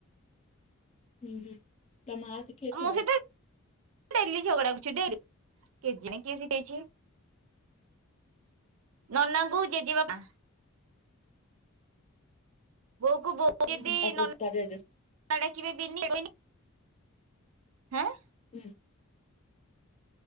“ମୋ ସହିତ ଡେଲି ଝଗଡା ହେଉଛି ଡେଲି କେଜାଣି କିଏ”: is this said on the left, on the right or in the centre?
Right